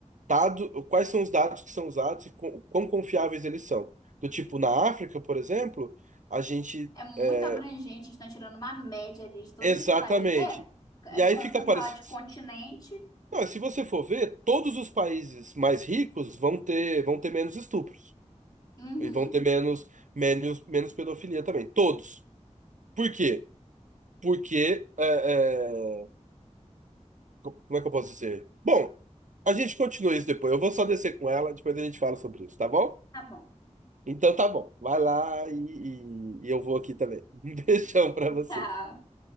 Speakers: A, on the right; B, on the left.
A: dado, quais são os dados que são usados e com, quão confiáveis eles são. Do tipo, na África, por exemplo, a gente.
B: É muito
A: é,
B: abrangente, estão tirando uma média ali de todos
A: Exatamente.
B: os países. É, é
A: E aí
B: quando
A: fica
B: quando
A: parecido.
B: fala de continente.
A: Não, se você for ver, todos os países mais ricos vão ter, vão ter menos estupros.
B: Uhum.
A: E vão ter menos, menos, menos pedofilia também. Todos. Por quê? Porque, é, é, como é que eu posso dizer? Bom, a gente continua isso depois. Eu vou só descer com ela, depois a gente fala sobre isso, tá bom?
B: Tá bom.
A: Então tá bom. Vai lá e, e e eu vou aqui também. <laughs> Um beijão pra você.
B: Tá.